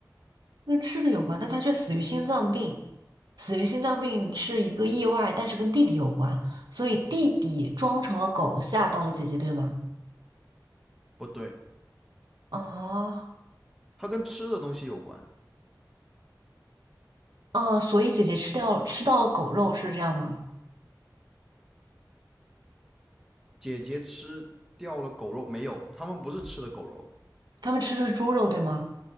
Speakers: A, on the right; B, in the centre.
A: 跟吃的有关，但他却死于心脏病。死于心脏病是一个意外，但是跟弟弟有关，所以弟弟装成了狗吓到了姐姐，对吗？
B: 不对，
A: 啊。
B: 它跟吃的东西有关。
A: 哦，所以姐姐吃掉了吃到了狗肉是这样吗？
B: 姐姐吃掉了狗肉没有？他们不是吃的狗肉，
A: 他们吃的是猪肉对吗？